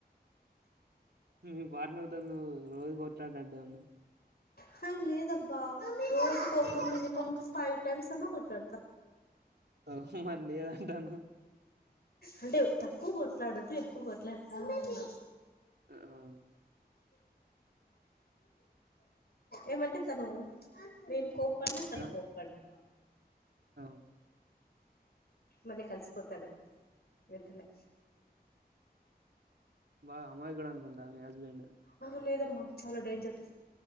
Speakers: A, on the right; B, on the left.
A: మీ పార్ట్నర్ తో నువ్వు రోజు కొట్లాడటట్టే ఉన్నావ్
B: హ లేదబ్బ రోజుకొక్క
A: రోజుకు
B: మినిమం
A: ఒక
B: ఫైవ్ టైమ్స్ అన్నా కొట్లాడుతాం.
A: వాహి మరి లేదంటానవ్
B: అంటే తక్కువ కొట్లాడద్దు ఎక్కువ కొట్లాడతా అంటన్నా.
A: అ అవును
B: ఏమంటే తను నేను కోప్పడినా తను
A: ఆ
B: కోప్పడ్డు.
A: అవును
B: మళ్ళీ కలిసిపోతాడు వెంటనే.
A: బాగా అమాయకుడు అనుకుంటా మీ హస్బెండ్
B: అహ లేదమ్మ చాలా డేంజర్